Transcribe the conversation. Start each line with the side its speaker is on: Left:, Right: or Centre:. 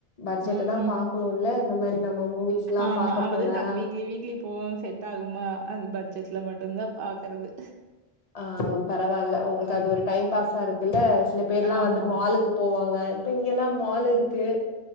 Left: பர்ஜெட்ட
Right: ம்.
Left: தா பாக்கணுல்ல இந்த மாரி நம்ம மூணு வீஸ் எல்லா
Right: ஆமா.
Left: பாக்க
Right: அதாவது
Left: போனா
Right: நாங்க வீக்லி வீக்லி போகு செட் ஆகுமா அந்த பட்ஜெட்ல மட்டுதா பாக்றது
Left: அ பரவால்ல உங்ளுக்கு அது ஒரு டைம் பாஸா இருக்குல்ல சில பேர்ல்லா
Right: ஆமா.
Left: வந்து மாலுக்கு போவாங்க ங்க இப்ப இங்கல்லா மால் இருக்கு